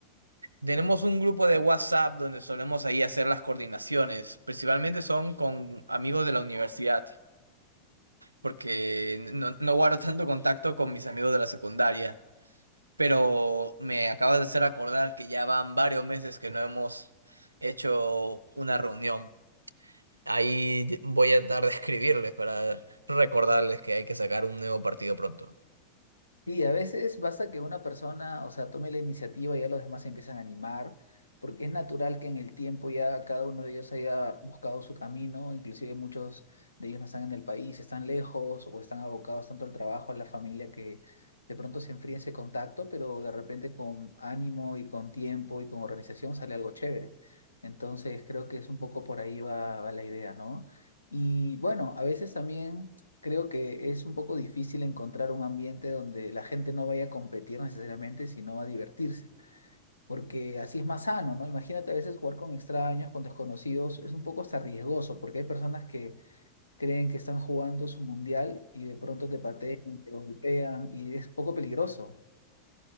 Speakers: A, on the right; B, on the left.
A: tenemos un grupo de WhatsApp donde solemos ahí hacer las coordinaciones. Principalmente son con amigos de la universidad. porque no, no guardo tanto contacto con mis amigos de la secundaria, pero me acabas de hacer acordar que ya van varios meses que no hemos hecho una reunión. Ahí voy a tratar de escribirles para recordarles que hay que sacar un nuevo partido pronto.
B: Sí, a veces basta que una persona, o sea, tome la iniciativa y ya los demás se empiezan a animar, porque es natural que en el tiempo ya cada uno de ellos haya buscado su camino, inclusive muchos de ellos no están en el país, están lejos o están abocados tanto al trabajo, a la familia, que de pronto se enfría ese contacto, pero de repente con ánimo y con tiempo y con organización sale algo chévere. Entonces creo que es un poco por ahí va, va la idea, ¿no? Y bueno, a veces también creo que es un poco difícil encontrar un ambiente donde la gente no vaya a competir necesariamente, sino a divertirse, porque así es más sano, ¿no? Imagínate a veces jugar con extraños, con desconocidos, es un poco hasta riesgoso, porque hay personas que creen que están jugando su mundial y de pronto te patean, te golpean y es poco peligroso.